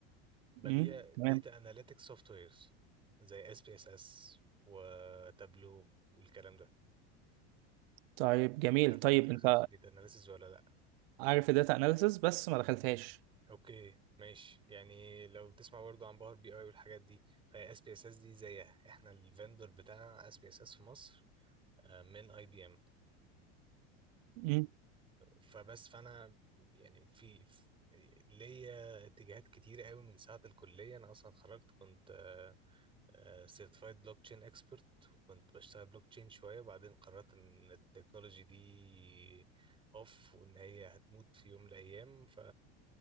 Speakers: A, on the right; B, on the right.
A: ببيع
B: امم
A: ديتا
B: تمام
A: اناليتكس سوفت ويرز زي اس بي اس اس وتابلو والكلام ده
B: طيب جميل
A: مش عارف
B: طيب
A: لو انت دخلت
B: انت
A: في الديتا اناليسز ولا لا
B: عارف الداتا اناليسز بس ما دخلتهاش
A: اوكي ماشي يعني لو بتسمع برضه عن باور بي اي والحاجات دي فهي اس بي اس اس دي زيها احنا الفندور بتاع اس بي اس اس في مصر آه، من اي بي ام
B: امم
A: فبس فانا يعني في في- ليا اتجاهات كتير قوي من ساعة الكلية أنا أصلا اتخرجت كنت آه، سيرتيفايد بلوك تشين اكسبرت وكنت بشتغل بلوك تشين شويه وبعدين قررت ان التكنولوجي دي اوف وان هي هتموت في يوم من الايام ف